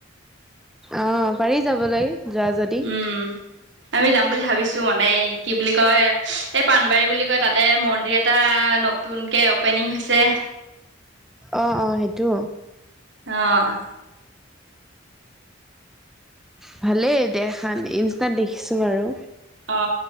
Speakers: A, in the centre; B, on the right.
A: অ পাৰি যাব লৈ যোৱা যদি।
B: উম। আমি যাম বুলি ভাবিছো মানে এই কি বুলি কয় এই পাানবাৰী বুলি কয় তাতে মন্দিৰত। এটা নতুনকে অ'পেনিং হৈছে।
A: অঁ অঁ সেইটো
B: অ
A: ভালেই দেখাত ইনষ্টাত দেখিছো বাৰু
B: অ